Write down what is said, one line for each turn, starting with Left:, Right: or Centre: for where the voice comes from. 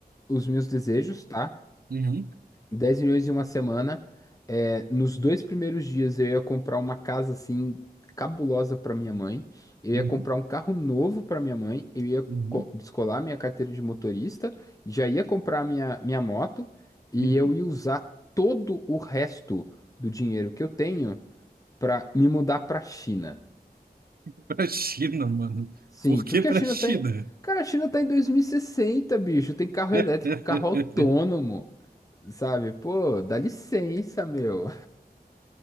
Left: os meus desejos, tá?
Right: Uhum,
Left: dez milhões em uma semana. É, nos dois primeiros dias eu ia comprar uma casa assim cabulosa para minha mãe. Eu
Right: uhum,
Left: ia comprar um carro novo para minha mãe. Eu ia
Right: uhum,
Left: co- descolar minha carteira de motorista. Já ia comprar minha, minha moto. E
Right: uhum.
Left: eu ia usar todo o resto do dinheiro que eu tenho para me mudar para China.
Right: Pra China, mano.
Left: Sim,
Right: Por que
Left: porque
Right: pra
Left: a China
Right: China?
Left: tá. em- Cara, a China tá em 2060, bicho. Tem carro
Right: <laughs>
Left: elétrico, carro autônomo, sabe? Pô, dá licença, meu.